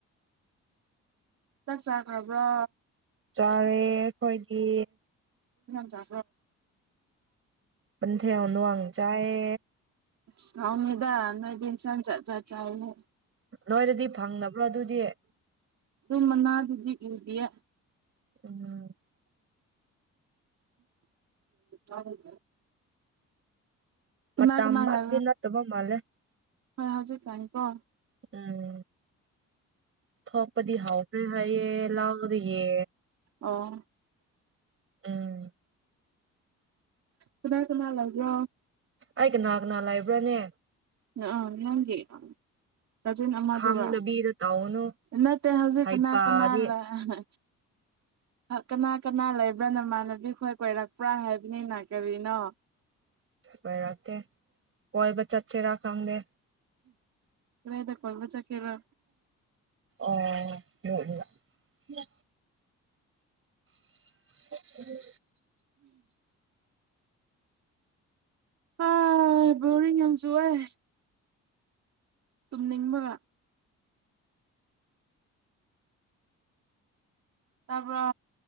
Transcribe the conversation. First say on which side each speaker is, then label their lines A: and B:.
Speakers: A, on the right (about 60°); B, on the right (about 45°).
A: ꯆꯥꯛ ꯆꯥꯈ꯭ꯔꯕ꯭ꯔꯣ
B: ꯆꯥꯔꯦ ꯑꯩꯈꯣꯏꯒꯤ
A: ꯆ
B: ꯄ ꯊꯦ ꯋꯥꯡ ꯆꯥꯌꯦ
A: ꯁꯥꯎꯅꯤꯗꯥ ꯅꯣꯏꯗꯟ ꯁ ꯆ ꯆꯠ ꯆ ꯍꯥꯏꯅꯤ
B: ꯅꯣꯏꯔꯗꯤ ꯐꯪꯅꯕ꯭ꯔꯣ ꯑꯗꯨ ꯦ
A: ꯑꯗꯨꯃꯅꯥ ꯑꯗꯨꯗꯤ ꯏꯌꯥ
B: ꯎꯝ
A: ꯎꯝ ꯀꯃ
B: ꯃꯇꯝꯃꯛꯇꯤ
A: ꯀꯃ ꯂ
B: ꯅꯠꯇꯕ ꯃꯥꯜꯂꯦ
A: ꯍꯣꯏ ꯍꯧꯖꯤꯛ ꯀꯥꯏ ꯀꯣ
B: ꯎꯝ ꯊꯣꯛꯄꯗꯤ ꯍꯥꯎꯈ꯭ꯔꯦ ꯍꯥꯏꯌꯦꯦ ꯂꯥꯎꯗ꯭ꯔꯤꯌꯦ
A: ꯑꯣ
B: ꯎꯝ
A: ꯀꯃꯥꯏ ꯀꯃ ꯂꯒꯦ
B: ꯑꯩꯒ ꯀꯅꯥ ꯀꯅꯥ ꯂꯩꯕ꯭ꯔꯥꯅꯦ
A: ꯑ ꯅꯪꯒꯤ ꯀꯖꯤꯟ ꯑꯃꯗꯨꯒ
B: ꯈꯪꯗꯕꯤꯗ ꯇꯧꯒꯅꯨ
A: ꯅꯠꯇꯦ ꯍꯧꯖꯤꯛ
B: ꯍꯩꯄꯥꯗꯤ
A: ꯀꯅꯥ ꯀꯅꯥ ꯂꯥ ꯑꯍ ꯀꯅꯥ ꯀꯅꯥ ꯂꯩꯕ꯭ꯔꯥ ꯅꯃꯥꯟꯅꯕꯤ ꯈꯣꯏ ꯀꯣꯏꯔꯛꯄ꯭ꯔꯥ ꯍꯥꯏꯕꯅꯤꯅ ꯀꯔꯤꯅꯣ
B: ꯂꯩꯔꯛꯇꯦ ꯀꯣꯏꯕ ꯆꯠꯁꯤꯔ ꯈꯪꯗꯦ
A: ꯀꯗꯥꯏꯗ ꯀꯣꯏꯕ ꯆꯠꯀꯦꯔ
B: ꯑꯣ ꯂꯣꯠꯂꯤꯕ ꯅꯥ ꯎꯨꯝ
A: ꯍ ꯕꯣꯔꯤꯡ ꯌꯥꯝ ꯆꯨꯏꯑꯦ ꯇꯨꯝꯅꯤꯡꯕꯒ ꯇꯥꯕ꯭ꯔ